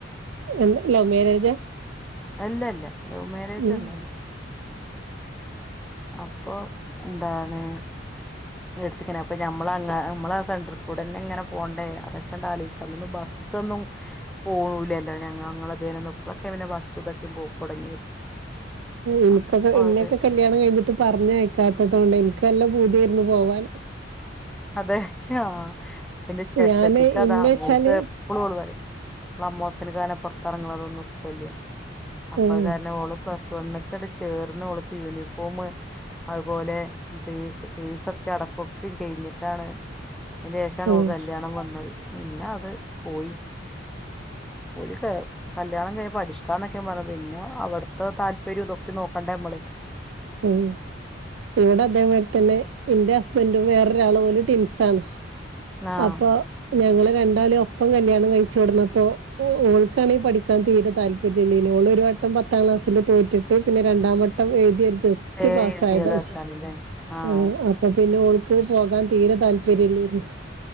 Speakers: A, on the right; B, in the centre.
A: എല ലവ്മേരേജാ
B: അല്ലല്ല ലൗമേരേജൊന്നല്ല
A: ഉം
B: അപ്പൊ എന്താണ് എടുത്ത്ക്കണെ അപ്പ നമ്മളുംഅങ്ങ നമ്മള ആ സെന്റർകൂടന്നെ ങ്ങനെ പോണ്ടേ അതൊക്കണ്ട് ആലോയ്ച്ചപ്പ ബസ് സൊന്നും പോവൂലല്ലോ ഞങ്ങ ഞ്ഞങ്ങളതേനൊന്നും ഇപ്പൊക്കെ പിന്നെ ബസ്സും ഇതൊക്കെ പോക്കൊടങ്ങിയത്
A: എനിക്കൊക്കെ
B: അപ്പൊ
A: എന്നൊക്കെ
B: അവര്
A: കല്യാണം കഴിഞ്ഞിട്ട് പറഞ്ഞയക്കാത്തോണ്ട് എനക്ക് നല്ലോം പൂതിയായിരുന്നു പോവാൻ
B: അതെ ഹൊ എന്റെ ജേഷ്ത്തിക്കതാ
A: ഞാന് ഇന്നേച്ചാല്
B: ഓൾക്ക് എപ്പളും ഓള്പറയും ളഅമ്മോസൻക്കങ്ങനെ പൊറത്തെറങ്ങണതൊന്നും ഇസ്ട്ടല്യാ അപ്പകാരണം
A: ആഹ്
B: ഓള് പ്രസ് സ്വർണ്ണക്കടചേർന്ന് ഓൾക്ക് യൂണിഫോമ് അത്പോലെ ഫീസ് ഫീസൊക്കടക്കും ഒക്കെ കയ്ഞ്ഞി ട്ടാണ് അയ്‌ന്റെഷാണ്
A: ആഹ്
B: ഓൾക്ക് കല്യാണം വന്നത് പിന്നവ് ട്ട് പോയി ഒര് കെ കല്യാണം കൈ പഠിക്കാനൊക്കെപറ പിന്നെ അവട്ത്തെ താല്പര്യോം ഇതൊക്കെ നോക്കണ്ടെമ്മള്
A: ഉം ഇവിടെ അതേമാതിരിതന്നെ എന്റെ ഹസ്ബൻഡും വേറൊരാളും പോലും ട്ടിൻസാണ്
B: ആഹ്
A: അപ്പൊ ഞങ്ങള് രണ്ടാളേം ഒപ്പംകല്യാണം കയ്ച്ചോട്ന്നപ്പൊ ഒ ഓൾക്കാണെങ്കി പഠിക്കാൻ തീരതാല്പര്യല്ലേനു ഓളൊരു വട്ടം പത്താംക്ലാസ്സില് തോറ്റ്ട്ട് പിന്നെ രണ്ടാംവട്ടം എഴുതിഎട് ജസ്റ്റ്
B: ഏ
A: പാസായതാണ്
B: എഴുതിയതാക്കാരല്ലേ ആഹ്
A: ഏഹ് അപ്പപിന്നെ ഓൾ ക്ക്‌ പോകാൻ തീരതാല്പര്യല്ലേര്ന്നു